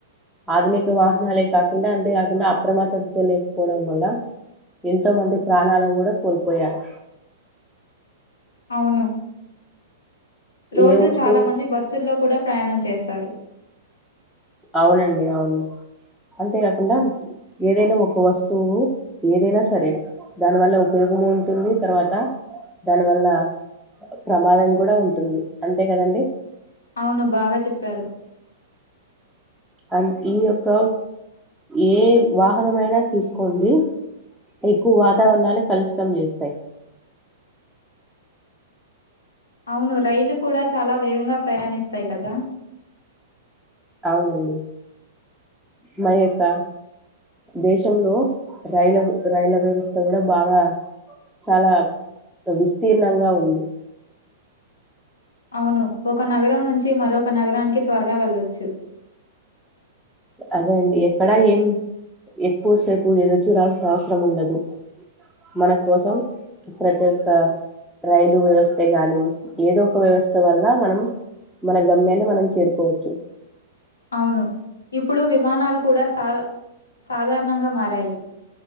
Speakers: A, in the centre; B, on the left.
A: ఆధునిక వాహనాలే కాకుండా అంతే కాకుండా అప్రమత్తతో లేకపోవడం వల్ల ఎంతో మంది ప్రాణాలను కూడా కోల్పోయారు.
B: అవును రోజు
A: ఏ వస్తువు
B: చాలా మంది బస్సుల్లో కూడా ప్రయాణం చేస్తారు
A: అవునండి అవును అంతేకాకుండా ఏదైనా ఒక వస్తువు ఏదైనా సరే దానివల్ల ఉపయోగం ఉంటుంది తర్వాత దానివల్ల ప్రమాదం కూడా ఉంటుంది అంతే కదండి
B: అవును బాగా చెప్పారు
A: అండ్ ఈ యొక్క ఏ వాహనంమయినా తీసుకోండి ఎక్కువ వాతావరణాలుే కలుషితం చేస్తాయి
B: అవును రైళ్లు కూడా చాలా వేగంగా ప్రయాణిస్తాయి కదా
A: అవునండి మా యొక్క దేశంలో రైల రైళ్ల వ్యవస్థ కూడా బాగా చాలా విస్తీర్ణంగా ఉంది
B: అవును ఒక నగరం నుంచి మరొక నగరానికి త్వరగా వెళ్ళొచ్చు
A: అదే అండి ఎక్కడా ఏం ఎక్కువసేపు ఎదురు చూడాల్సిన అవసరం ఉండదు మన కోసం ప్రతి ఒక్క రైలు వ్యవస్థే గాని ఏదో ఒక వ్యవస్థ వల్ల మనం మన గమ్యాన్ని మనం చేరుకోవచ్చు
B: అవును ఇప్పుడు విమానాలు కూడా సాా సాధారణంగా మారాయి